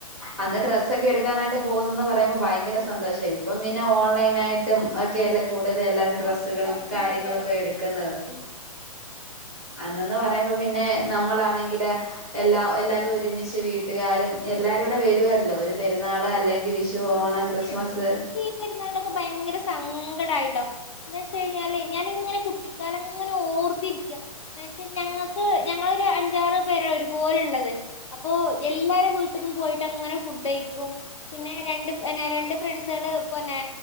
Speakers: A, in the centre; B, on the left (about 55°).
A: അന്ന് ഡ്രസ്സൊക്കെ എടുക്കാനായിട്ട് പോകുന്നന്ന് പറയുമ്പോ ഭയങ്കരസ് സന്തോഷം ഇപ്പം പിന്നെ ഓൺലൈനായിട്ടും ഒക്കെ അല്ലേ കൂടുതല് എല്ലാരരും ഡ്രസ്
B: ആഹ് സുഖായിട്ട്
A: കളും കാര്യങ്ങളൊക്കെ
B: കിട്ടുവല്ലോ
A: എടുക്കുന്നത്,
B: ഉം
A: അന്നന്ന് പറയുമ്പോ പിന്നെ നമ്മളാണെങ്കില് എല്ലാ എല്ലാരും ഒരുമിച്ച് വീട്ട്കാരും എല്ലാരൂടെ വരുവല്ലോ ഒരു പെരുന്നാള അല്ലെങ്കി വിഷ് ഷു
B: ആഹ്
A: ഓണം
B: സത്യായിട്ടും
A: ക്രിസ്മസ്,
B: എനിക്ക് ഈ പെര്ന്നാൾനൊക്ക ഭയങ്കര സങ്കടായിട്ടോ, എന്താഷ് കഴിഞ്ഞാലേ ഞാനിങ്ങനെ കുട്ടിക്കാലം ങ്ങനെ ഓർത്തിരിക്ക എന്ന് വെച്ചാ ഞങ്ങക്ക് ഞങ്ങളൊരു അഞ്ചാറ് പേരാണ് ഒരുപോല ഇള്ളത്. അപ്പൊ എല്ലാര വീട്ട് ക്കും പോയിട്ട് അങ്ങനെ ഫുഡ് കഴിക്കും പിന്നെ രണ്ട് പിന്നെ രണ്ട് ഫ്രണ്ട്സള് പിന്നെ